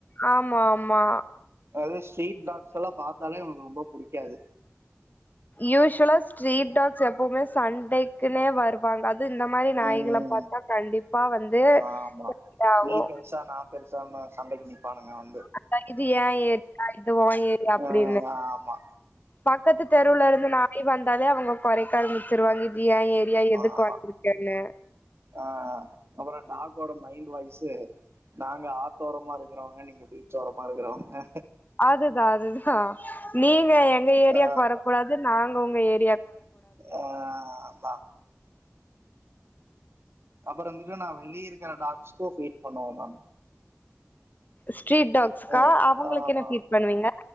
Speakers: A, on the left; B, on the right.
A: ஆமா ஆமா
B: அது ஸ்ட்ரீட் டாக்ஸ்ஸல்லா பாத்தாலே அவனுக்கு ரொம்ப புடிக்காது
A: யூஸ்வலா ஸ்ட்ரீட் டாக்ஸ் எப்பவ்மே சண்டைக்குன்னே வருவாங்க அ து இந்த மாரி நாய்கள
B: ம்
A: பாத்தா கண்டிப்பா வந்து
B: ஆமா
A: டாவு
B: நீ பெருசா நா பெருசான்னு சண்டைக்கு நிப்பானுங்க வந்து
A: அதா இது ஏ ஏரியா இது ஓ ஏரியா அப்டினு
B: ஆ ஆமா
A: பக்கத்து தெருலருந்து நாய் வந்தாலே அவுங்க கொரைக்க ஆரம்பிச்சிருவாங்க இது ஏ ஏரியா எதுக்கு
B: ஆமா
A: வந்துருக்கன்னு
B: ஆ அப்பறொ டாக்கோட மைண்ட் வாய்சு நாங்க ஆத்தோரமா இருக்குறவங்க நீங்க பீச்சோரமா இருக்குறவங்க
A: அதுதா அதுதா நீங்க எங்க ஏரியாக்கு
B: ஆ
A: வரக்கூடாது நாங்க உங்க ஏ
B: ஆ அதா அப்பறொ வந்துட்டு நா வெளிய இருக்குற டாக்ஸுக்கு ஃபீட் பண்ணுவம் மேம்
A: ஸ்ட்ரீட் டாக்ஸ்கா
B: ம்
A: அவங்களுக்கு
B: ஆமா
A: என்ன ஃபீட் பண்ணுவீங்க